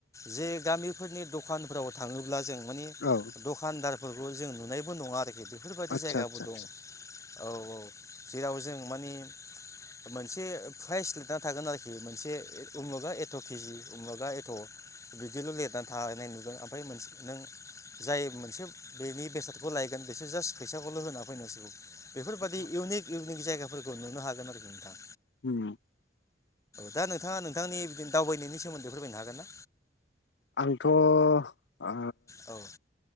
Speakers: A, on the left; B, on the left.
A: जे गामि फोरनि दग दखानफोराव थाङोब्ला जों माने
B: औ
A: दखानदार फोरखौ जों नुनायबो नङा आरोखि बेफोरबादि
B: आदसा
A: जायगाबो
B: आदसा आदसा
A: दं औ औ जेराव जोंङो माने मोनसे प्राइज लिरना थागोन आरोखि बे मोनसे उ मुगा एद एथकेजि बुङोबा एथ बिदिल लिरनानै थाहैनाय नुगोन ओमफ्राय मोनसे नों जाय मोनसे बेनि बेसादखौ लायगोन बेसोर जास्ट फैसाखौल होना फैनांसिगौ बेफोरबायादि
B: औ
A: इउनिक इउनिक जायगाफोरखौ नुनो हागोन आरोखि नोंथां
B: होम
A: दा नोंथाङा नोंथांनि बि दावबायनायनि सोमोन्दै फोरमायनो हागोन ना
B: आंथ आ
A: औ